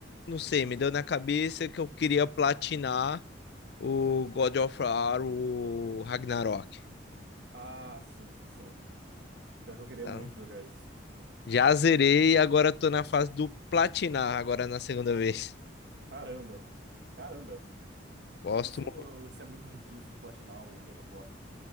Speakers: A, on the left (about 60°); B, on the right (about 60°).
A: não sei, me deu na cabeça que eu queria platinar o God of War, o Ragnarok,
B: Ah, sim, sim. Pior que eu queria
A: tá?
B: muito jogar isso.
A: Já zerei, agora tô na fase do platinar agora na segunda vez.
B: Caramba, caramba.
A: Gosto
B: Eu não sei qual- se é muito difícil de platinar o God of War.